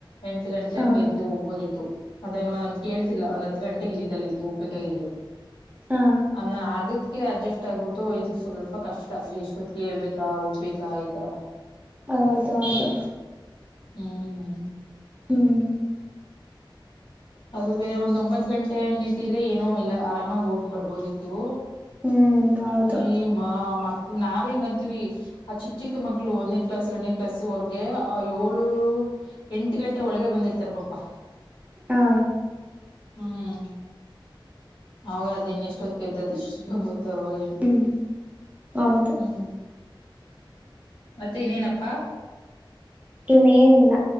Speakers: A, on the left (about 80°); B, on the right (about 15°).
A: ಎಂಟು ಗಂಟೆ
B: ಹ
A: ಹಂಗೆ ಎದ್ದು ಹೋಗ್ಬೋದಿತ್ತು ಅದೇನ್ನು ನನ್ ಕೇಳ್ತಿಲ್ಲ ಅವ್ನ್ ಹತ್ ಗಂಟೆಗೆ ಇದಿದ ಅಲ್ಲಿ ಹೋಗ್ಬೇಕಾಗಿದ್ದು
B: ಹಾ
A: ಅನ್ನ ಅದ್ <unintelligible> ಅದ್ಕೆ ಅಡ್ಜಸ್ಟ್ ಆಗ್ಬಿಟ್ಟು ಇದಕ್ ಸ್ವಲ್ಪ ಕಷ್ಟ ಎಷ್ಟೊತ್ಗೆ ಏಳ್ಬೇಕಾ ಹೋಗ್ಬೇಕಾ ಈ ತರ
B: ಹೌದ ಹೌದು
A: ಹ್ಮ್ ಹ್ಮ
B: ಹ್ಮ್
A: ಅದು ಬೇರೆ ಒಂದ ಒಂಬತ್ ಗಂಟೆ ಹಂಗ ಇಟ್ಟಿದ್ರೆ ಏನೋ ಇಲ್ಲ ಆರಾಮಾಗಿ ಹೋಗಿ ಬರ್ಬೋದಿತ್ತು
B: ಹ್ಮ್ ಹೌದು
A: ಹೇ ಮಾ ಮಕ್ ನಾವೇ ಹಿಂಗ್ ಅಂತೀವಿ ಆ ಚಿಕ್ಕ ಚಿಕ್ಕ ಮಕ್ಳು ಒಂದನೇ ಕ್ಲಾಸ್ ಎರಡನೇ ಕ್ಲಾಸ್ ವರ್ಗೆ ಆ ಏಳು ಎಂಟು ಗಂಟೆ ಒಳಗೆ ಬಂದಿರ್ತಾರೆ ಪಪಾ.
B: ಹಾ
A: ಹ್ಮ ಅವ್ರರು ಅದ ಇನ್ನ ಎಷ್ಟೊತದ್ಗೆದ್ದು ಅದು ಇಷ್ಟು ಬತ್ತರೋ ಏನೋ.
B: ಹ್ಮ್ ಹೌದು.
A: ಹ್ಮ್ ಮತ್ತೆ ಇನೇನಪ್ಪಾ.
B: ಇನ್ನೇನಿಲ್ಲ